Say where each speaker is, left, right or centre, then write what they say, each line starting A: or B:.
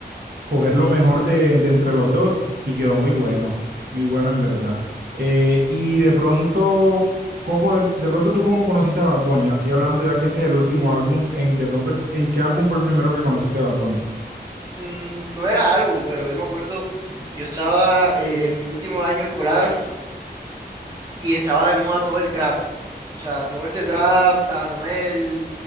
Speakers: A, on the right; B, on the right.
A: coger lo mejor de, de entre los dos y quedó muy bueno, muy bueno en verdad. Eh, y de pronto, ¿cómo de, de pronto tú cómo conociste a Bad Bunny? Así hablando ya que este es el último álbum, en, de pronto, ¿en qué álbum fue el primero que conociste a Bad Bunny?
B: Mm, No era álbum, pero yo me acuerdo, yo estaba eh, en mi último año escolar y estaba de moda todo el trap. O sea, todo este trap, Anuel,